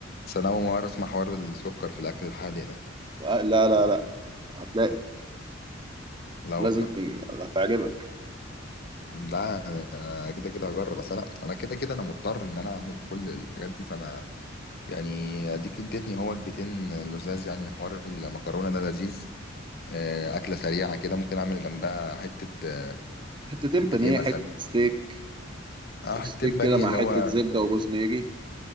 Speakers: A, on the left (about 50°); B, on the right (about 25°).
A: بس انا اول مره اسمع حوار السكر في الاكل الحادق ده
B: آه، لا لا لا هتلاقي
A: لا
B: لازم
A: والله
B: ت- هتعجبك
A: ده أنا كده كده هجرب بس انا انا كده كده انا مضطر ان انا اعمل كل الحاجات دي فانا يعني اديك اديتني هو وجبتين لزاز يعني حوار المكرونه ده لذيذ آه، اكله سريعه كده ممكن اعمل جنبها حته آه،
B: حتتين
A: حته
B: بانيه
A: ايه مثلا
B: حتة ستيك
A: اه حتتين
B: ستيك
A: بانيه
B: كده مع
A: اللي
B: حتة
A: هو
B: زبدة وروزميري